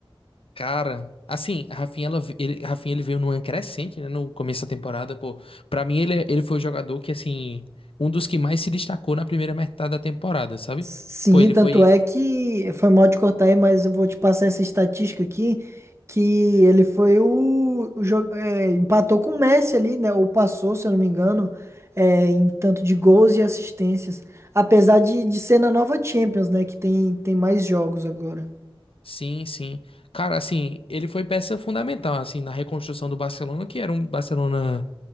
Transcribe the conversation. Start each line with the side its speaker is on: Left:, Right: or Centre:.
Left: Cara, assim, a Rafinha, ela, ele, a Rafinha, ele veio numa crescente, né, no começo da temporada, pô. Pra mim, ele, é, ele foi o jogador que, assim, um dos que mais se destacou na primeira metade da temporada, sabe?
Right: Sim,
Left: Pô, ele
Right: tanto
Left: foi...
Right: é que foi mal te cortar aí, mas eu vou te passar essa estatística aqui, que ele foi o, o jo- é, empatou com o Messi ali, né? Ou passou, se eu não me engano, é, em tanto de gols e assistências. Apesar de, de ser na nova Champions, né? Que tem, tem mais jogos agora.
Left: Sim, sim. Cara, assim, ele foi peça fundamental, assim, na reconstrução do Barcelona, que era um Barcelona